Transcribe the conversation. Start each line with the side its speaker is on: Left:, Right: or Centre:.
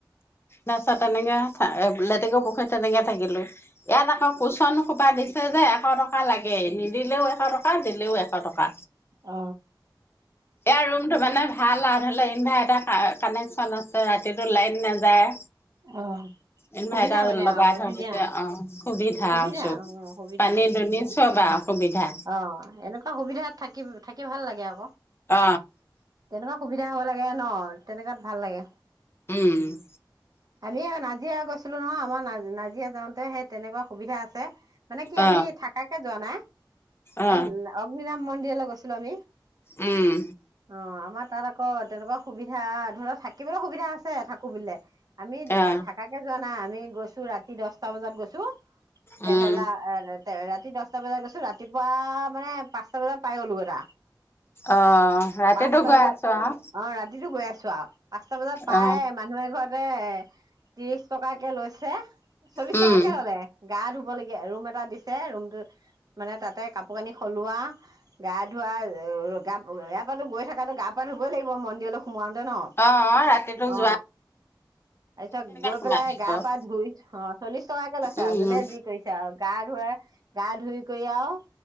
Left: তাৰপিছত তেনেকে এ লেতেকু পুখুৰীত তেনেকে থাকিলো। ইয়াত আকৌ কুচন সোপা দিছে যে এশ ট কা লাগে, নিদিলেও এশ টকা দিলেও এশ টকা।
Right: অ।
Left: ইয়াৰ ৰুম টো মানে ভাল আও ধৰিল, ইনভাৰ্টাৰ কা কানে ক্টশ্যন আছে। ৰাতিটো লাইট নাযায়।
Right: অ।
Left: ইনভাৰ্টাৰ
Right: সুবিধা মানে
Left: লগাই
Right: আও
Left: থৈ
Right: ধুনীয়া।
Left: দিছে অ
Right: সুবিধা
Left: আৰু চব।
Right: অ অ সুবিধা,
Left: পানী
Right: অ
Left: দুনি
Right: ধুনীয়া।
Left: চব আৰু সুবিধা
Right: অ, এনেকুৱা সুবিধাত থাকি, থাকি ভাল লাগে আক।
Left: অ।
Right: তেনেকুৱা সুবিধা হ'ব লাগে আও ন, তেনেকুৱাত ভাল লাগে।
Left: উম।
Right: খালি আও নাজিৰা গৈছিলো নহয়। আমাৰ না নাজিৰা যাওঁতে সেই তেনেকুৱা সুবিধা আছে। মানে কি
Left: অ
Right: আমি থাকাকে যোৱা নাই,
Left: অ
Right: এ অগ্নিনাভ মন্দিৰলে গৈছিলো আমি।
Left: উম।
Right: অ, আমাৰ তাত আক তেনেকুৱা সুবিধা ধৰি লও থাকিবলে সুবিধা আছে, থাকো বুলিলে। আমি
Left: অ
Right: থাকাকে যোৱা নাই, আমি গৈছো ৰাতি দহটা বজাত গৈছো, টেভেলাৰ
Left: উম
Right: এ ৰেত ৰাতি দহটা বজাত গৈছো, ৰাতিপুৱা মানে পাঁচটা বজাত পাই গ'লো তা।
Left: অ ৰাতিটো
Right: পাঁচটা
Left: গৈ
Right: বজাত।
Left: আছো আৰু
Right: অ', ৰাতিটো গৈ আছো আও পাঁচটা বজাত পায়
Left: অ
Right: মানুহে এঘৰতে ত্ৰিশ টকাকে লৈছে, চল্লিশ
Left: উম
Right: টকাকে ললে, গা ধুবলগীয়া ৰুম এটা দিছে ৰুমটো, মানে তাতে কাপোৰ কানি হলোৱা, গা ধুৱা এ ইয়াৰপাতো গৈ থাকাতো গা পা ধুবই লাগিব মন্দিৰলৈ সোমাওঁতে ন,
Left: অ অ ৰাতিটো
Right: অ
Left: যোৱা
Right: তাৰপিছত
Left: কেনেকে
Right: গৈ
Left: সোমাব
Right: পেলাই গা পা ধুই, অ চল্লিশ টকাকে লৈছে
Left: উম
Right: আও জোনে যি কৰিছে। আও গা ধুৱে গা ধুই কৰি আও